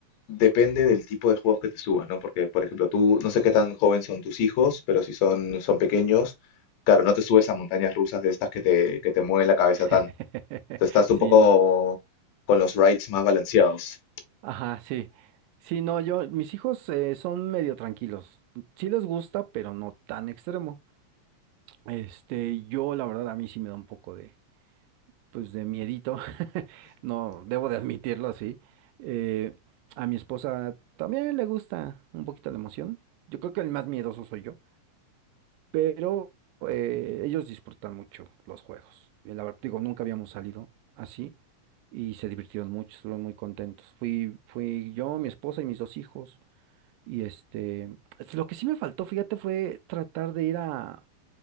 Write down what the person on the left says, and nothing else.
Depende del tipo de juegos que te subas, ¿no? Porque, por ejemplo, tú, no sé qué tan joven son tus hijos, pero si son, son pequeños, claro, no te subes a montañas rusas de estas que te, que te mueven la cabeza
tanto. Te estás un
poco
con los rides más balanceados.